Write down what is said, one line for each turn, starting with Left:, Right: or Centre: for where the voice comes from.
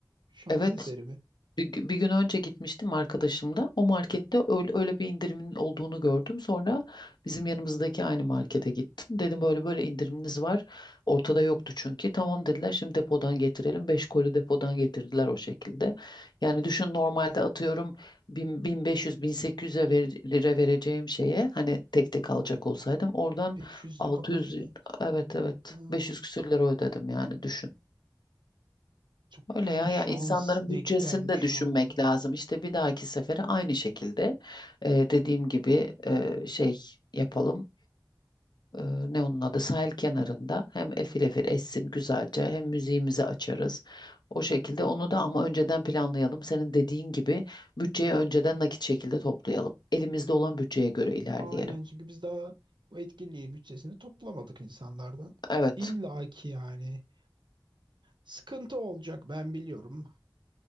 Right: Şans
Left: evet
Right: eseri mi?
Left: Bir, gü- bir gün önce gitmiştim arkadaşımla. O markette öyle, öyle bir indirimin olduğunu gördüm. Sonra bizim yanımızdaki aynı markete gittim. Dedim böyle böyle indiriminiz var. Ortada yoktu çünkü. Tamam dediler şimdi depodan getirelim. 5 koli depodan getirdiler o şekilde. Yani düşün normalde atıyorum 1500-1800'e lira vereceğim şeye hani tek tek alacak olsaydım oradan
Right: Beş
Left: 600
Right: de kapattı.
Left: evet evet
Right: Ha,
Left: 500 küsür lira ödedim yani düşün.
Right: çok
Left: Öyle
Right: iyi
Left: ya
Right: şans
Left: ya insanların
Right: denk
Left: bütçesini
Right: gelmiş
Left: de düşünmek
Right: ha.
Left: lazım. İşte bir dahaki sefere aynı şekilde e, dediğim gibi e, şey yapalım. E, ne onun adı? Sahil kenarında hem efil efil essin güzelce hem müziğimizi açarız. O şekilde onu da ama önceden planlayalım. Senin dediğin gibi bütçeyi önceden nakit şekilde toplayalım. Elimizde olan bütçeye göre ilerleyelim.
Right: Aynen çünkü biz daha bu etkinliğin bütçesini toplamadık insanlardan.
Left: Evet.
Right: İlla ki yani Sıkıntı olacak ben biliyorum.